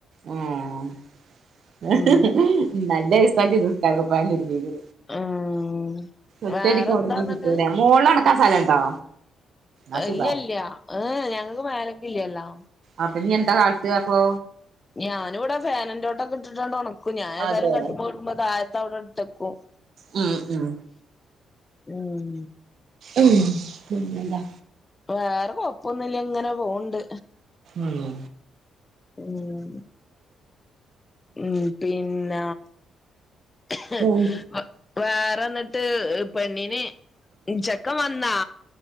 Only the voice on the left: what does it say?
ഉം
ഉം
വേറെന്താന്നിട്ട്
ഇല്ല്യല്ല ഏഹ് ഞങ്ങക്ക് മേലക്ക്ല്ല്യല്ലോ
ഞാന്വ് ടെ ഫാന് ന്റോട്ടൊക്കെട്ടിട്ടാണ്ട് ഒണക്കും ഞാനേതായാലും
കട്ട്മ്മേ കെടക്കുമ്പോ താഴ്ത്തവ്ടെട് ത്തെക്കും
ഉം
വേറെ കൊഴപ്പൊന്നില്ല ങ്ങനെ പോവ്ണ്ട്
ഉം ഉം പിന്ന <unintelligible>
വേറെ ന്നട്ട് പെണ്ണിന് ചെക്കംവന്നാ